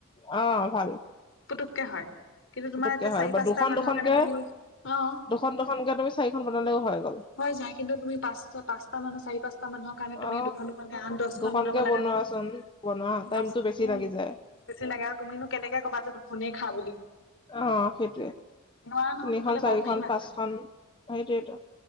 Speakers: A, on the left (about 20°); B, on the left (about 65°).
A: অ ভাল।
B: পুতুককে হয়। কিন্তু তোমাৰ
A: পুতুককে
B: এতিয়া
A: হয়
B: চাৰি
A: বা
B: পাঁচটা
A: দুখন
B: মানুহৰ
A: দুখনকে
B: কাৰণে তুমি অ।
A: দুখন দুখনকে তুমি চাৰিখন বনালেও হৈ গ'ল
B: হয় যায় কিন্তু তুমি পাচ পাচটা মানু চাৰি পাচটা মানুক কাৰণে তুমি
A: অ
B: দুখন দুখনকে আঠ- দশখন
A: দুখনকে
B: বনাব লগা
A: বনোৱাচোন
B: হ'য়। উম,
A: বনোৱা টাইমতটো
B: দশখন
A: বেছি লাগি যায়
B: তেনেকে আৰু তুমিনো কেনেকে ক'বা যে দুখনে খা বুলি?
A: অঁ, সেইটোৱে। তিনিখন
B: নোৱাৰা নহয় ক'বলৈ ক'ব
A: চাৰিখন
B: পাৰিবা
A: পাঁচখন সেইটোৱেটো।